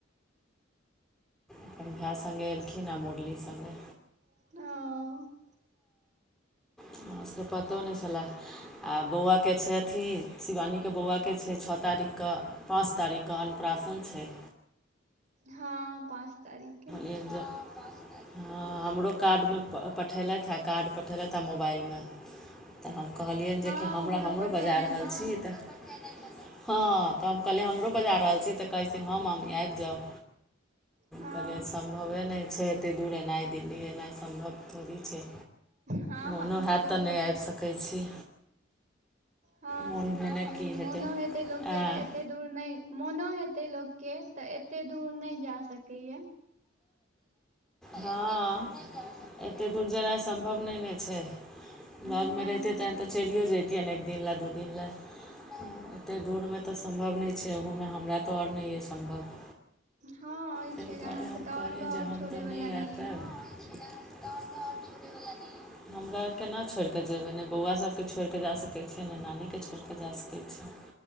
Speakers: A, in the centre; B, on the right.
A: अपन भाय सङ्गे एलखिन आ मुरली सङ्गे।
B: ओ
A: हमरा सबके पतो नहि छलैय आ बौआके छै अथी शिवानीके बौआके छै छओ तारीखके। पाँच तारीखके अन्नप्राशन छै।
B: हँ पाँच तारीख।
A: <unintelligible> हँ हमरो कार्ड मे पठेलैथ हे कार्ड पठेलैथ हे मोबाइल मे। तऽ हम कहलियैन
B: हँ
A: जेकि हमरा हमरो
B: पठेने
A: बजा रहल
B: छलथि
A: छी तऽ। हँ तऽ हम कहलियै हमरो बजा रहल छी तऽ कहै छथिन हँ मम्मी आबि जाउ।
B: हँ
A: कहलिए सम्भवे नय छै एतेक दूर एनाइ दिल्ली एनाइ सम्भव थोड़ी छै।
B: हँ
A: मोनो
B: हँ छैहे
A: हैत तऽ नय
B: की
A: आबि सकै छी।
B: हँ
A: मोन
B: से
A: भेने
B: तऽ छैहे
A: की
B: मोनो हेतै लोक केँ
A: आँय
B: तऽ एते। दूर नय मोनो हेतय लोक केँ तऽ एतय दूर नय जा सकै य।
A: हँ। एते दूर जेनाइ सम्भव नय नऽ छै
B: नहि
A: लगमे रहतियै
B: नहि
A: तखन तऽ चलियो जैतियैन एक। दिन ले दु दिन ले एतेक दूरमे तऽ सम्भव नइ छै ओहोमे हमरा तऽ आओर नय यऽ सम्भव।
B: हँ एछै
A: ताहि दुआरे
B: अहाँकेँ
A: हम
B: तऽ आओर
A: कहलियनि
B: घर
A: जे हम
B: छोड़य
A: तऽ नहि
B: वला नय
A: आबि पायब
B: यऽ
A: <inaudible> हमरा केना छोइर कऽ जेबै नय बौआ सभके छोइर कऽ जा सकै छियै नय नानीकेँ छोइर कऽ जा सकै छियै।